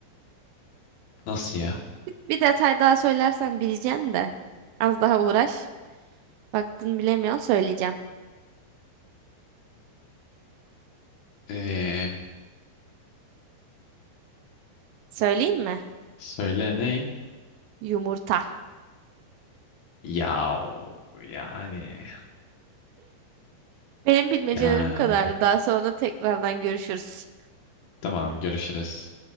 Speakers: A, on the left; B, on the right.
A: Nasıl ya?
B: Bir detay daha söylersen bileceksin de. Az daha uğraş. Baktın bilemiyorsun söyleyeceğim.
A: Ee,
B: Söyleyeyim mi?
A: söyle ne?
B: Yumurta.
A: Yav yani.
B: Benim bilmecelerim
A: Yani
B: bu kadardı. Daha sonra tekrardan görüşürüz.
A: tamam görüşürüz.